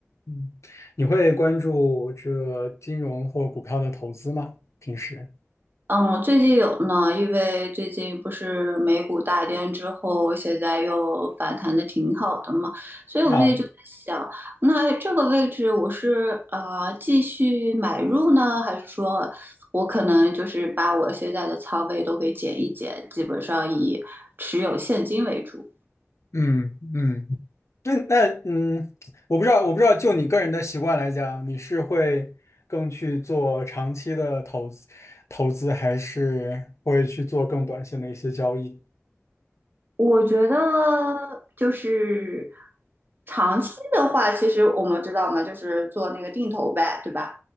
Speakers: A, on the left; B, on the right.
A: 嗯，你会关注这个金融或股票的投资吗？平时
B: 嗯，最近有呢，因为最近不是美股大跌之后，现在又反弹的挺好的嘛，所以我就想，
A: 啊，
B: 那这个位置我是啊继续买入呢，还是说我可能就是把我现在的仓位都给减一减，基本上以持有现金为主？
A: 嗯嗯，那那嗯，我不知道，我不知道，就你个人的习惯来讲，你是会更去做长期的投资，投资还是会去做更短线的一些交易？
B: 我觉得就是长期的话，其实我们知道嘛，就是做那个定投呗，对吧？